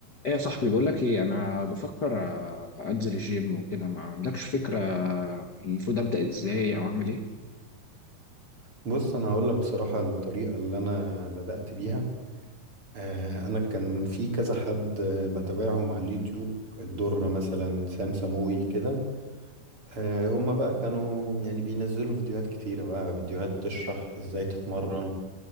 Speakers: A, on the left; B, on the right.
A: ايه يا صاحبي بقول لك ايه انا بفكر آه، انزل الجيم وكده ما عندكش فكره المفروض ابدا ازاي او اعمل ايه
B: بص انا هقول لك بصراحه الطريقه اللي انا بدات بيها آه، انا كان في كذا حد آه، بتابعهم على اليوتيوب الدره مثلا سام سموي كده آه، هما بقى كانوا يعني بينزلوا فيديوهات كتيره بقى فيديوهات تشرح ازاي تتمرن